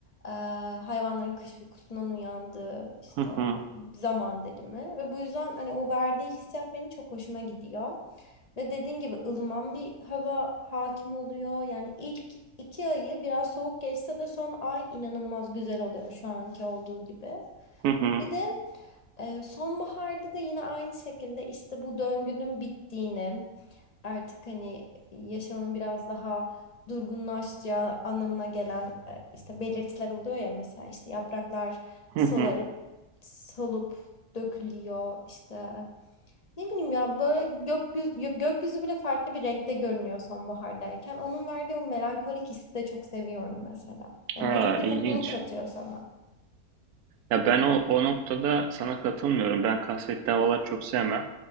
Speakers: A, on the left; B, on the right.
A: e, hayvanların kış uykusundan uyandığı işte
B: Hı hı.
A: zaman dilimi. Ve bu yüzden hani o verdiği hissiyat benim çok hoşuma gidiyor. Ve dediğin gibi ılıman bir hava hakim oluyor. Yani ilk iki ayı biraz soğuk geçse de son ay inanılmaz güzel oluyor şu anki olduğu gibi.
B: Hı hı.
A: Bir de e, sonbaharda da yine aynı şekilde işte bu döngünün bittiğini, artık hani yaşamın biraz daha durgunlaşacağı anlamına gelen e, işte belirtiler oluyor ya mesela işte yapraklar
B: Hı
A: solarıp
B: hı.
A: solup dökülüyor işte ne bileyim ya böyle gökyüzü, gökyüzü bile farklı bir renkte görünüyor sonbahardayken. Onun verdiği o melankolik hissi de çok seviyorum mesela. Yani
B: Aa,
A: buruk bir
B: ilginç.
A: mutluluk katıyor sana.
B: Ya ben o, o noktada sana katılmıyorum. Ben kasvetli havaları çok sevmem.